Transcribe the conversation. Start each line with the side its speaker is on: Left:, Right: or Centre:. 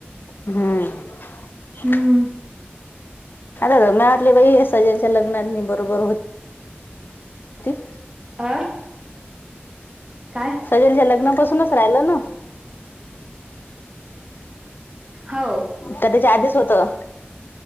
Left: हम्म
Right: हम्म.
Left: <unintelligible> च्या लग्नात मी बरोबर हो ती <unintelligible>
Right: अं काय?
Left: सेजलच्या लग्नापासूनच राहिलं न.
Right: हौ.
Left: क त्याच्या आधीच होतं?